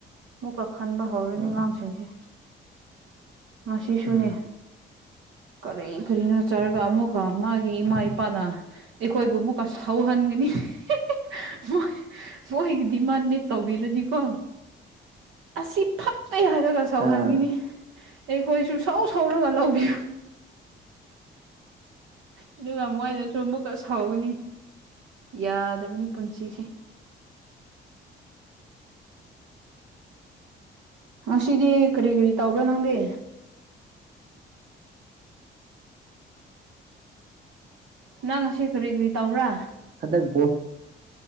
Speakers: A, on the right (about 75°); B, on the right (about 50°).
A: ꯑꯃꯨꯛꯀ ꯈꯟꯕ ꯍꯧꯔꯅꯤ
B: ꯎꯝ
A: ꯑꯉꯥꯡꯁꯤꯡꯁꯦ ꯉꯁꯤꯁꯨꯅꯦ
B: ꯎꯝ
A: ꯀꯔꯤ ꯀꯔꯤꯅꯣ ꯆꯥꯔꯒ ꯑꯃꯨꯛꯀ ꯃꯥꯒꯤ ꯏꯃꯥ ꯏꯄꯥꯅ ꯑꯩꯈꯣꯏꯕꯨ ꯑꯃꯨꯛꯀ ꯁꯥꯎꯍꯟꯒꯅꯤ <inaudible> ꯃꯣꯏꯒꯤ ꯗꯤꯃꯥꯟ ꯃꯤꯠ ꯇꯧꯕꯤꯔꯅꯤꯀꯣ ꯑꯁꯤ ꯐꯠ ꯇꯦ ꯍꯥꯏꯔꯒ ꯁꯧꯍꯟꯒꯅꯤ
B: ꯑꯥ
A: ꯑꯩꯈꯣꯏꯁꯨ ꯁꯧ ꯁꯧꯔꯒ ꯂꯧꯕꯤ ꯑꯗꯨꯒ ꯃꯣꯏꯅꯁꯨ ꯑꯃꯨꯛꯀ ꯁꯥꯎꯒꯅꯤ ꯌꯥꯗꯕꯅꯤ ꯄꯨꯟꯁꯤꯁꯦ ꯉꯁꯤꯗꯤ ꯀꯔꯤ ꯀꯔꯤ ꯇꯧꯕ꯭ꯔꯥ ꯅꯪꯗꯤ ꯅꯪ ꯉꯁꯤ ꯀꯔꯤ ꯀꯔꯤ ꯇꯧꯕ꯭ꯔꯥ
B: ꯍꯗꯛ ꯕꯣꯜ